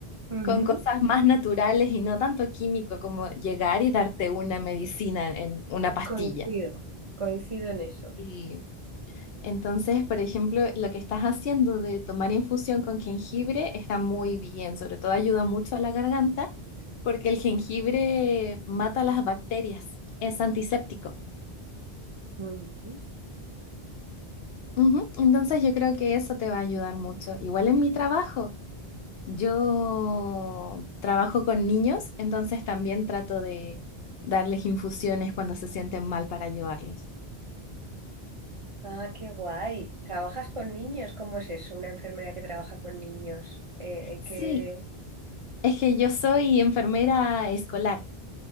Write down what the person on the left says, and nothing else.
con cosas más naturales y no tanto químico como llegar y darte una medicina en una pastilla.
Y entonces, por ejemplo, lo que estás haciendo de tomar infusión con jengibre está muy bien, sobre todo ayuda mucho a la garganta porque el jengibre mata las bacterias, es antiséptico.
Ujú, Entonces yo creo que eso te va a ayudar mucho. Igual en mi trabajo, yo trabajo con niños, entonces también trato de darles infusiones cuando se sienten mal para ayudarlos.
Sí,
es que yo soy enfermera escolar,